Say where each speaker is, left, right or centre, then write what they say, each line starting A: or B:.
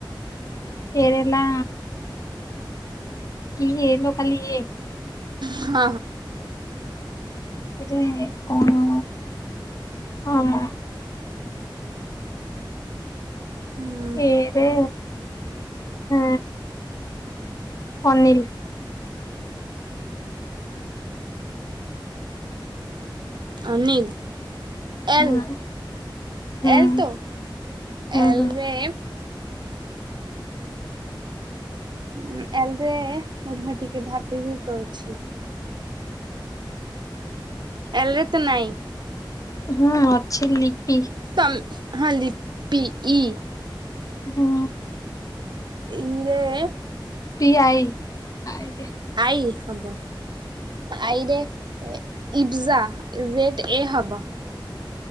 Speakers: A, on the left (about 40°); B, on the right (about 60°).
A: ଏ ରେ ନା। କି ଏ ଲୋ ଖାଲି ଏ।
B: ହଁ।
A: କେଜାଣି କଣ ହଁ।
B: ହୁଁ
A: ଏ। ଏ ହଁ ଅନିଲ।
B: ଅନିଲ ଏଲ୍।
A: ହଁ ହୁଁ
B: ଏଲ୍ ତ
A: ହୁଁ
B: ଏଲରେ।
A: ହୁଁ
B: ଉଁ ଏଲରେ ରୁହ ଟିକେ ଭାବିକି କହୁଛି। ଏଲରେ ତ ନାଇଁ।
A: ହୁଁ ଅଛି ଲିପି।
B: ତମ ହଁ ଲିପି ଇ।
A: ହଁ।
B: ଇ ରେ?
A: ପି ଆଇ ଆଇ ରେ?
B: ଆଈ ହବ ଆଈରେ? ଏ ଇଫଜା ଯେଡ୍ ଏ ହବ।